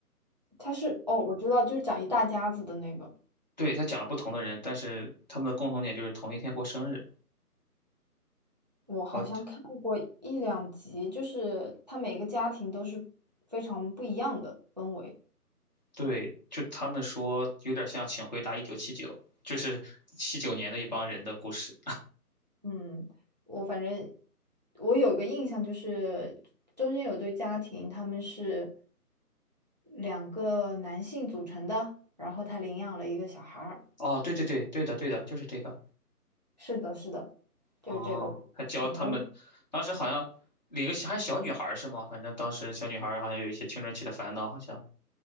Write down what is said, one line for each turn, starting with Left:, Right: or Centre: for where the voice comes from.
Right: 它是哦，我知道，就是讲一大家子的那个。
Left: 对，他讲了不同的人，但是他们的共同点就是同一天过生日，
Right: 我好像看过一两集，
Left: 好
Right: 就是他每个家庭都是非常不一样的氛围。
Left: 对，就他们说有点像《请回答一九七九》，就是七九年的一帮人的故事。
Right: 嗯，我反正我有个印象，就是中间有对家庭，他们是两个男性组成的，然后他领养了一个小孩儿。
Left: 哦，对对对，对的对的，就是这个。
Right: 是的，是的，就是这个，
Left: 哦，还教他们，
Right: 挺
Left: 当时好像领个小还小女孩儿是吗？反正当时小女孩儿好像有一些青春期的烦恼，好像